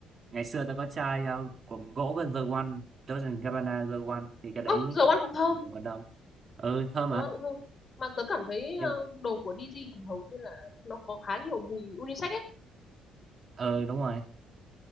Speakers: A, on the right; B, on the left.
A: ngày xưa tôi có chai ờ, của gỗ cái The One doesn't get banana The One thì cái
B: ơ
A: đấy
B: dầu ăn cũng thơm
A: dùng còn đâu ừ thơm
B: dầu
A: mà
B: ăn cũng thơm mà tớ cảm thấy
A: nhưng
B: ờ, đồ của DG thì hầu như là nó có khá nhiều mùi unisex ấy
A: ừ đúng rồi